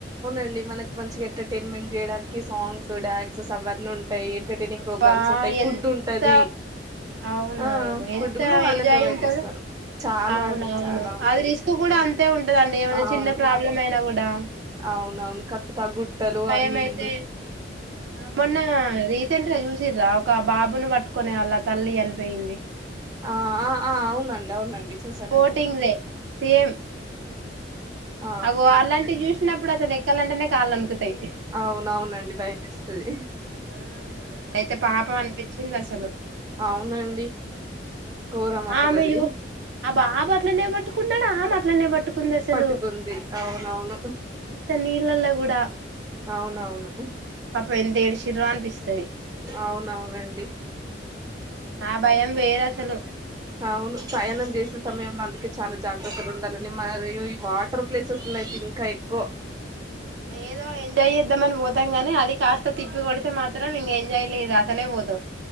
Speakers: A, on the right; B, on the right.
A: ండి మనకి మంచిగా ఎంటర్టైన్మెంట్ చేయడానికి సాంగ్స్ డ్యాన్స్స్ అవన్నీ ఉన్ టాయి ఎంటర్టైనింగ్
B: అబ్బా
A: ప్రోగ్రామ్స్ ఉంటాయి ఫుడ్
B: ఎంత
A: ఉంటది
B: అవును
A: ఆ
B: అవును ఎంత
A: ఫుడ్ కూడా వాళ్ళే
B: ఎంజాయ్
A: ప్రొవైడ్
B: ఉంటది
A: చేస్తారు చాలా
B: అవున
A: అండి
B: అవును
A: చాలా ఉంటది
B: అది రిస్క్ కూడా అంతే ఉంటదండి ఏమైనా
A: అవును
B: చిన్న ప్రాబ్లం అయినా కూడా
A: అవునవును కత్త గుట్టలు
B: భయం
A: ఆ నీల్లు
B: అయితే మొన్న రీసెంట్ గా చూసిర్రా ఒక బాబును పట్టు కునే వాళ్ళ తల్లి చనిపోయింది
A: ఆ ఆ ఆ అవునండి అవునండి చూసానండి
B: బోటింగ్ దే సేమ్
A: ఆ
B: అగో అలాంటివి చూసినప్పుడు అసలు ఎక్కలంటనే కళ్లనుకుతాయి
A: అవునవునండి భయం వేస్తది
B: ఆ అయితే పాపం అనిపించింది అసలు
A: అవునండి ఘోరం అసలది
B: ఆమె ఆ బాబ అట్లనే పట్టుకున్నాడు ఆ అట్లనే పట్టుకున్నా ంది అసలు
A: పట్టుకుంది అవునవును
B: అంత నీళ్ళల్లో కూడా
A: అవునవును
B: పాపం ఎంత ఏడిచిర్రో అనిపిస్తది
A: అవునవునండి
B: ఆ భయం వేర అసలు
A: అవును ప్రయాణం చేసిన సమయంలో అందుకే చాలా జాగ్రత్తలు ఉండాలని మరియు ఈ వాటర్ ప్లేసెస్ అయితే ఇంకా ఎక్కువ
B: ఏదో ఎంజాయ్ చేద్దామని పోతాం గాని అది కాస్త తిప్పికొడితే మాత్రం ఇంక ఎంజాయ్ లేదు అసలే పోతం